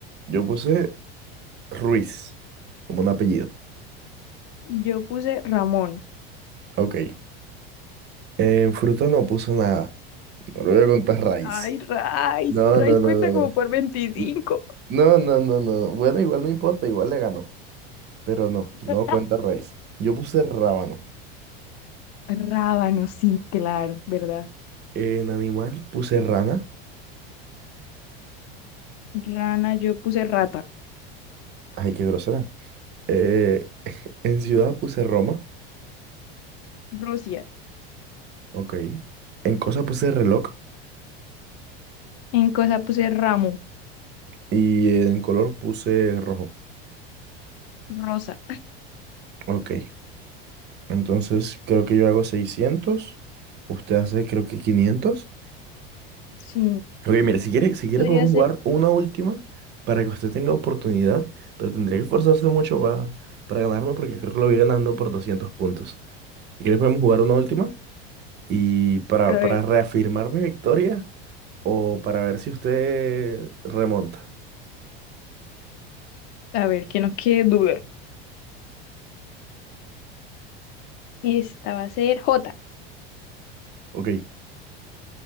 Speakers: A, on the right; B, on the left.
A: Yo puse Ruiz, como un apellido.
B: Yo puse Ramón.
A: Ok. En fruta no puso nada. No le voy a contar raíz.
B: Ay, Rice.
A: No,
B: Rice
A: no, no,
B: cuenta
A: no,
B: como
A: no.
B: por veinticinco.
A: N- No, no, no, no. no. Bueno, igual no importa, igual le ganó. Pero no,
B: <laughs>
A: no cuenta raíz. Yo puse rábano.
B: Rábano, sí, claro, ¿verdad?
A: En animal puse rana.
B: Rana, yo puse rata.
A: Ay, qué grosera. Eh, en ciudad puse Roma.
B: Rusia.
A: Ok. En cosa puse reloj.
B: En cosa puse ramo.
A: Y en color puse rojo.
B: Rosa.
A: Ok. Entonces creo que yo hago seiscientos Usted hace creo que quinientos
B: Sí,
A: Ok, mire, si quiere, si quiere
B: Podría
A: podemos
B: ser.
A: jugar una última para que usted tenga oportunidad. Pero tendría que esforzarse mucho para, para ganarme porque creo que lo voy ganando por 200 puntos. Si quiere podemos jugar una última. y para,
B: A ver,
A: para reafirmar mi victoria o para ver si usted remonta.
B: a ver, que no quede duda. Esta va a ser J.
A: Ok,